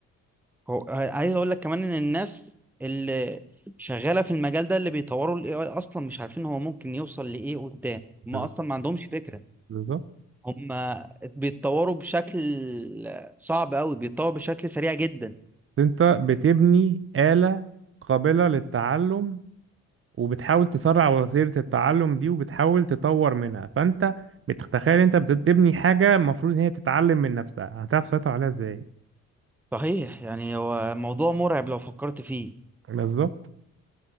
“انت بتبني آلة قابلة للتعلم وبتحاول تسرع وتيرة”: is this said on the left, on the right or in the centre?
Right